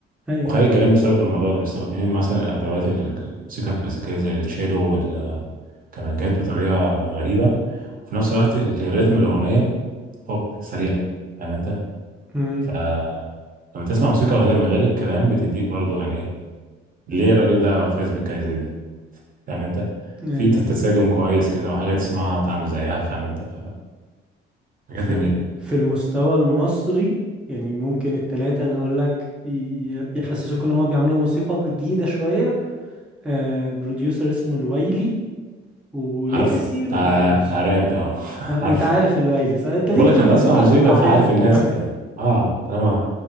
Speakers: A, in the centre; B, on the right.
A: ايوه
B: وخارج
A: ايوه
B: جرامي بسبب الموضوع ده مستخدمين مثلا الأدوات ال- الموسيقى الكلاسيكية زي التشيلو والكمانجات بطريقة غريبة وفي نفس الوقت الريتم الأغنية بوب سريع فاهم أنت؟
A: امم
B: ف لما تسمع موسيقى لوحدها من غير الكلام بتديك برضو يعني إيه ليه الراجل ده فايز بالجائزة دي فاهم انت
A: ايوه
B: في تساجم
A: ايوه
B: كويس كده وحاجة تسمعها وتعمل زيها فاهم انت ف- حاجات
A: في
B: جميلة
A: في المستوى المصري يعني ممكن التلاتة اللي اقول لك ي- يحسسوك ان هم بيعملوا موسيقى جديدة شوية آه بروديوسر اسمه الويلي وليجاسي
B: عارفه
A: ومروان
B: تع...
A: موسى
B: تعراب ده <laughs>
A: آه
B: عارفه
A: انت عارف الويلي صح انت ليك
B: أنا بقول
A: في
B: لك
A: الموسيقى
B: انا بسمع موسيقى
A: هتبقى
B: فعارف
A: عارفهم
B: الناس
A: <laughs>
B: دي اه طالما